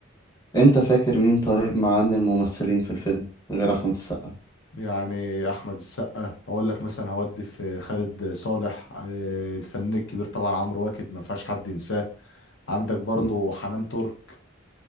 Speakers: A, on the left; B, on the left.
A: انت فاكر مين طيب معاه من الممثلين في الفيلم غير احمد السقا
B: يعني احمد السقا هقول لك مثلا هودي في خالد صالح آه، الفنان الكبير طبعا عمرو واكد ما فيهاش حد ينساه عندك برضو
A: مم،
B: حنان ترك